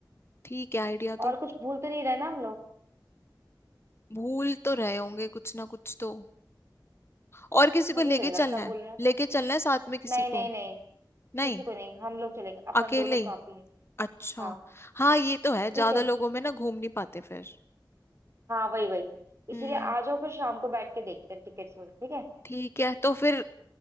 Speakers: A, on the left; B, on the right.
A: ठीक है आइडिया
B: और
A: तो
B: कुछ भूल तो नहीं रहे ना हम लोग
A: भूल तो रहे होंगे कुछ ना कुछ तो और किसी
B: मुझे
A: को लेके
B: तो नहीं
A: चलना
B: लगता भूल
A: है
B: रहे हैं।
A: लेके चलना है साथ में किसी
B: नहीं
A: को
B: नहीं नहीं
A: नहीं
B: किसी को नहीं हम लोग चलेंगे अपन
A: अकेले
B: दो लोग
A: ही
B: काफी है
A: अच्छा
B: हाँ
A: हाँ ये तो है ज्यादा
B: ठीक है
A: लोगों में ना घूम नहीं पाते फिर
B: हाँ वही वही इसीलिए
A: हम्म
B: आ जाओ फिर शाम को बैठ के देखते हैं टिकट्स वगैरह ठीक है
A: ठीक है तो फिर